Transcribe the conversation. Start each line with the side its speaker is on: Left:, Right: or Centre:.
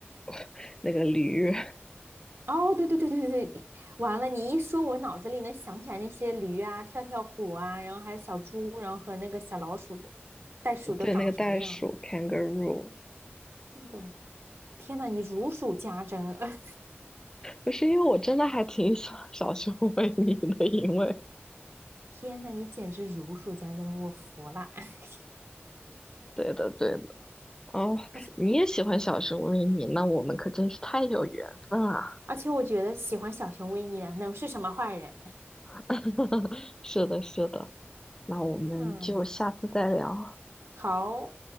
Left: <laughs> 那个驴，
Right: 哦，对对对对对对，你完了！你一说，我脑子里能想起来那些驴啊、跳跳虎啊，然后还有小猪，然后和那个小老鼠的袋鼠都长什么样子。
Left: <laughs> 对，那个袋鼠 kangaroo，
Right: 那个，天呐，你如数家珍！<laughs>
Left: 不是因为我真的还挺喜欢小熊维尼的，因为
Right: 天呐，你简直如数家珍，我服了。<laughs>
Left: 对的对的，哦，
Right: 而且
Left: 你也喜欢小熊维尼，那我们可真是太有缘分啊！
Right: 而且，我觉得喜欢小熊维尼的能是什么坏人？
Left: <laughs> 是的是的，那我们就下次再聊。
Right: <laughs> 嗯，好。